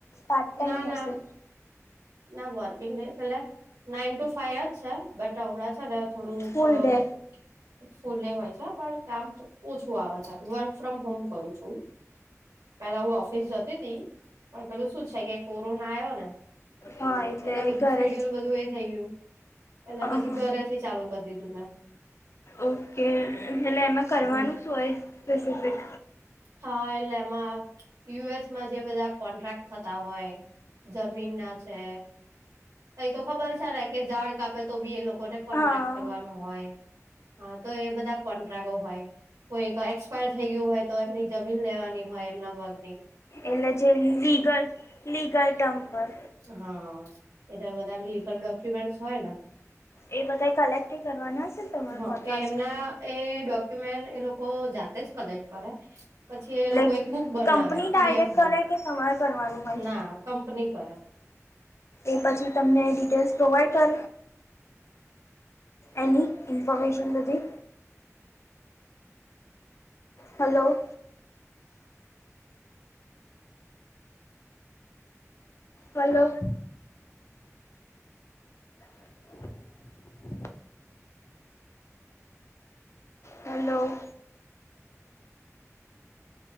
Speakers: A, on the left (about 55°); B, on the right (about 85°).
A: પાર્ટ ટાઈમ
B: ના ના
A: હશે?
B: ના વર્કિંગ ડેયઝ એટલે નાઈન ટુ ફાઈ જ છે. બટ હમણાં છે ને થોડુંક
A: full
B: uh
A: day
B: full day હોય છે પણ કામ ઓછું આવે છે. વર્ક ફ્રોમ હોમ કરું છું હું. પેલા હું ઓફીસ જતીતી પણ પેલું શું છે કે કોરોના આયો ને
A: હા
B: એટલે બધું
A: ઘરેથી
B: સીડીયુલ બધું એ થઇ ગયું એટલે
A: અહા.
B: પછી ઘરેથી ચાલુ કરી દીધું મેં.
A: ઓકે એટલે એમાં કરવાનું
B: હમ
A: શું હોય? સ્પેસિફિક,
B: હા એટલે એમાં યુ એસ માં જે બધા કોન્ટ્રાક્ટ થતા હોય. જમીન ના છે, એ તો ખબર સે ને કે ઝાડ કાપે તો બી એ લોકોને કોન્ટ્રાક્ટ
A: હા
B: કરવાનો હોય, હા તો એ બધા કોન્ટ્રાક્ટ ઓ હોય, કોઈ એક્સપાયર થઈ ગયું હોય તો એમની લેવાની હોય એમના ભાગ ની,
A: એટલે જે વીગલ લીગલ ટર્મ પર,
B: હા એના બધા લીગલ ડોક્યુમેન્ટ હોય ને,
A: એ બધાય કલેક્ટએય કરવાના હશે ને તમાર
B: હા
A: હોતા
B: એ એમના
A: હશે.
B: એ ડોક્યુમેન્ટ એ લોકો જાતે જ કલેક્ટ કરે, પછી
A: એટલે
B: એ લોકો એક બુક બનાવે
A: company
B: P
A: direct
B: D F બના,
A: કરે કે તમારે કરવાનું હોય?
B: ના કંપની કરે.
A: એ પછી તમને ડિટેલ્સ પ્રોવાઈડ કરે. એની ઇન્ફોર્મેશન બધી. Hello, hello, <inaudible> Hello.